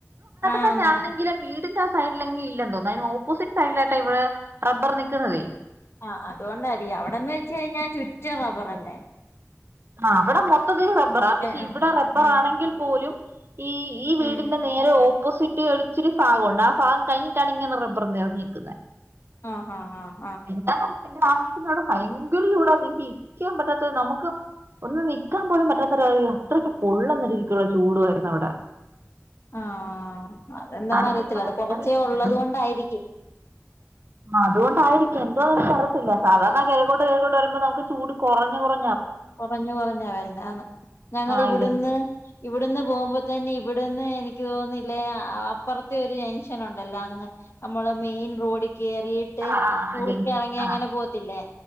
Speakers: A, on the left (about 55°); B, on the right (about 50°).
A: ആഹ്
B: തന്നെ ആണെങ്കിലും വീടിന്റെ ആ സൈഡിലെങ്കിൽ ന്തോ അന് ഓപ്പോസിറ്റ് സൈഡിലായിട്ട് ഇവിടെ റബ്ബർ നിിക്കുന്നതേ
A: ആഹ അതുകൊണ്ടരി അവിടെന്ന് വെച്ച കഴിഞ്ഞാ ചുറ്റ റബർ തന്നെ
B: ആ അവിടെ മൊത്തത്തി റബ്ബറാ പക്ഷെ
A: ആ
B: ഇവിടെ റബ്ബർ
A: ഉം
B: ആണെങ്കിൽ പോലും ഈ ഈ വീടിന്റെ
A: ഉം
B: നേരെ ഓപ്പോ ട്ട് ഒടിച്ചിരു ഭാഗംണ്ട് ആാം കഴിഞ്ഞിട്ടാണ് ഇങ്ങെ റബ്ബർന്ന്റഞ്ഞിക്കുന്നത്
A: ആഹ ആഹ ആഹ
B: എന്താ തന്നെ സമീട് ഭയങ്കര ചൂടാരിക്കൻ പറ്റാത്ത നമുക്ക് ഒന്നും നൽിക്കാൻ പോലൻ പറ്റാത്ത ഒരാള അത്രക്ക പൊള്ളുന്ന രീതിുള്ള ചൂടുയിരുന്നു അവിടെ
A: ആഹ അതെന്താന്നറിയത്തില്ല
B: തണുപ്പെന്ന് പറയാൻ
A: അത് കൊറച്ചേ
B: സാധനമില്ല
A: ഉള്ളത് കൊൊണ്ടായിരിക്കും
B: ആഹ അതൊണ്ടായിരിക്കും എന്തോന്ന തരത്തില്ല
A: ഉം
B: സാധാരണ കഴോട്ട് കഴക്കോട്ട് വരുമ്പോ നമക്ക് ചൂട് കുറഞ്ഞ കുറ
A: കുറഞ്ഞു കുറഞ്ഞ വരുന്ന ആ ഞങ്ങ
B: ആ
A: ഇവിടുന്ന്
B: ഇതെന്തോ
A: ഇവി ഇവിടുന്ന് പോകുമ്പോ തന്നെ ഇവിടുന്ന് എനിക്ക് തോന്നുന്നില്ലേ അപ്പുറത്തെ ഒരു ജൻഷൻ ഉണ്ടല്ലോ അങ്ങ് നമ്മളെ മെയിൻ റോഡ് കറിയിട്ട്
B: ആ ആ ആ
A: കുറിച്ചറങ്ങി
B: ജംഗ്ഷൻ ആ
A: അങ്ങനെ പോത്തില്ലേ